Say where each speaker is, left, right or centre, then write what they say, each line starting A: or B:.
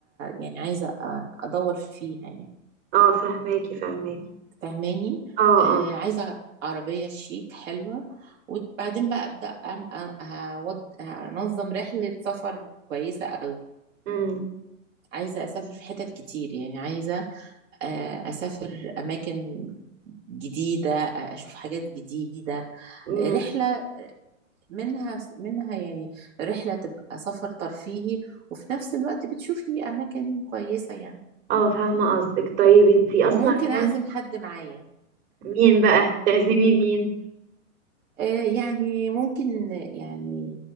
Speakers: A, on the right; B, on the right.
A: يعني عايزة أ- أدور فيها يعني
B: اه فهماكي فهماكي
A: فاهماني
B: اه
A: آه
B: اه
A: عايزة عربية شيك حلوة وبعدين بقى أبدأ أم- أ- هود- هنظم رحلة سفر كويسة قوي
B: امم
A: عايزة أسافر في حتت كتير يعني عايزة آه، أسافر أماكن جديدة آه، أشوف حاجات جديدة
B: امم
A: آه، رحلة منها منها يعني رحلة تبقى سفر ترفيهي وفي نفس الوقت بتشوفي أماكن كويسة يعني
B: اه فاهمة قصدك طيب انتي اصلا
A: وممكن
B: يعني
A: أعزم حد معايا
B: مين بقى تعزمي مين
A: آه، يعني ممكن يعني